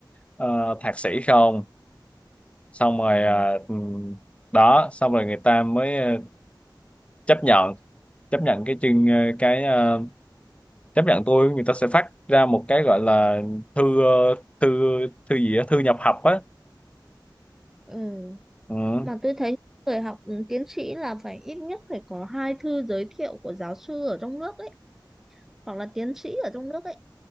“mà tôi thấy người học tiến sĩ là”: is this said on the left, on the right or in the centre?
Centre